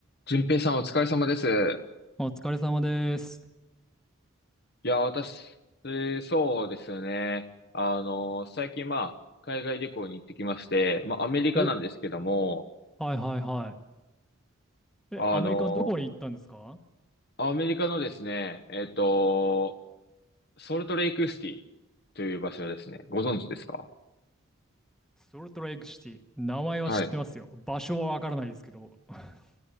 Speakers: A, on the left; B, in the centre.
A: 淳平さんお疲れ様です。
B: お疲れ様です。
A: いや、私、そうですね。あの、最近まあ、海外旅行に行ってきまして、まあ、アメリカなんですけども、
B: お、はいはいはい。
A: あの、
B: え、アメリカのどこに行ったんですか
A: アメリカのですね、えっと、ソルトレイクシティという場所ですね。ご存知ですか
B: ソルトレイクシティ。名前は知ってますよ。
A: はい。
B: 場所はわからないですけど。<laughs>